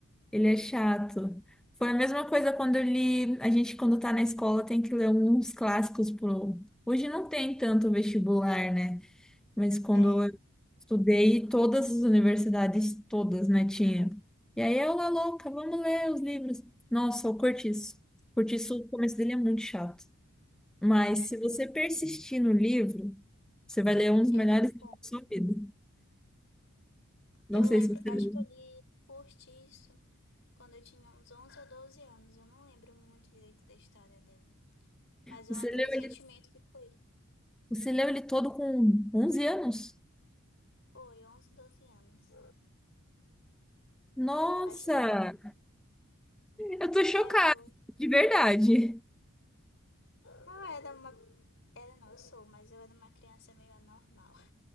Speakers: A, in the centre; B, on the left (about 55°).
A: Ele é chato. Foi a mesma coisa quando eu li. A gente, quando tá na escola, tem que ler uns clássicos pro. Hoje não tem tanto vestibular, né? Mas quando
B: É,
A: eu estudei, todas as universidades, todas, né, tinha. E aí eu lá louca, vamos ler os livros. Nossa, o Cortiço. O Cortiço, o começo dele é muito chato. Mas se você persistir no livro, você vai ler um dos melhores
B: ele é
A: livros
B: bom.
A: da sua vida. Não
B: Eu
A: sei
B: lembro,
A: se você
B: acho
A: leu.
B: que eu li Curtiço quando eu tinha uns 11 ou 12 anos. Eu não lembro muito direito da história dele. Mas
A: Você
B: eu lembro
A: leu
B: do sentimento
A: ele,
B: que foi.
A: você leu ele todo com 11 anos?
B: Foi 11 12 anos.
A: Nossa,
B: Faz tempo.
A: eu tô chocada,
B: É o
A: de verdade.
B: Eu era uma. Era não, eu sou, mas eu era uma criança meio anormal. <laughs>